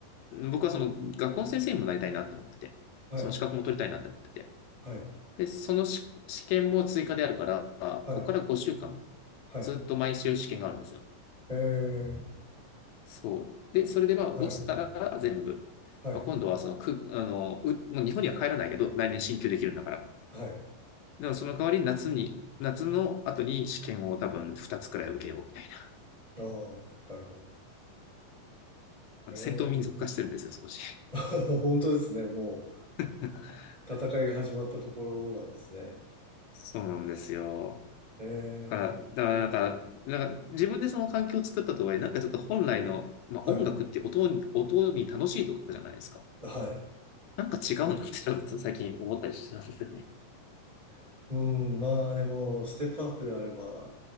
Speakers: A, on the left; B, on the right.
A: 僕はその学校の先生にもなりたいなって思ってて、
B: はい。
A: その資格も取りたいなって思ってて。
B: はい。
A: で、その試験も追加であるから、
B: はい。
A: ここから5週間、
B: はい。
A: ずっと毎週試験があるんですよ。
B: えー
A: そう。で、それでまあ落ちたら全部。
B: はい。はい。
A: まあ、今度はそのく、あの、う、もう日本には帰らないけど、来年進級できるんだから。
B: はい。
A: でもその代わり夏に、夏の後に試験を多分2つくらい受けようみたいな。
B: ああ、なるほど。ええ
A: 戦闘民族化してるんですよ、少し。
B: <laughs> 本当ですね。も
A: <laughs>
B: う、戦いが始まったところなんですね。
A: そうなんですよ。
B: ええ、
A: だから、だからなんか、なんか自分でその環境を作ったとはいえ、なんかちょっと本来の、まあ、
B: はい。
A: 音楽って音に、音に楽しいと書くじゃないですか。
B: はい。
A: なんか違うなってちょっと最近思ったりしたんですよね。
B: うん。<laughs> うん、まあでも、ステップアップであれば、